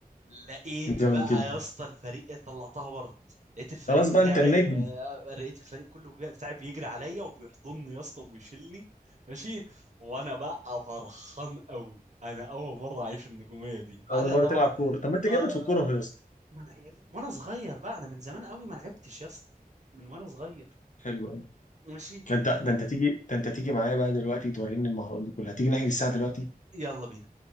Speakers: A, on the right (about 50°); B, on the left (about 55°).
A: لقيت
B: جامد
A: بقى
B: جدا
A: يا اسطى الفريق طلعتها بره لقيت الفريق
B: خلاص
A: بتاعي
B: بقى انت النجم
A: آه، لقيت الفريق كله بي- بتاعي بيجري عليا وبيحضني يا اسطى وبيشيلني ماشي وانا بقى فرحان قوي انا اول مره اعيش النجوميه دي بعدها
B: اول مره
A: طبعا
B: تلعب كوره طب ما انت
A: آه
B: جامد في الكوره اهو يا اسطى
A: ما أنا إيه، وانا صغير بقى انا من زمان قوي ما لعبتش يا اسطى من وانا صغير
B: حلو قوي
A: ماشي
B: ده انت ده انت تيجي ده انت تيجي معايا بقى دلوقتي توريني المهارات دي كلها تيجي نحجز الساعه دلوقتي
A: يلا بينا